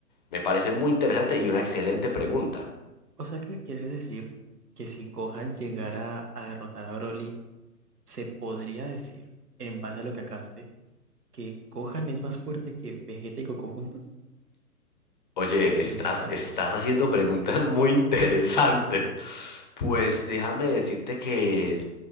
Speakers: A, on the left (about 30°); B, on the right (about 80°).
A: Me parece muy interesante y una excelente pregunta.
B: O sea, que quieres decir que si Gohan llegara a derrotar a Broly, se podría decir, en base a lo que acabaste, que Gohan es más fuerte que Vegeta y Goku juntos,
A: Oye,
B: si
A: estás,
B: los llegara.
A: estás haciendo preguntas <laughs> muy interesantes. Pues déjame decirte que,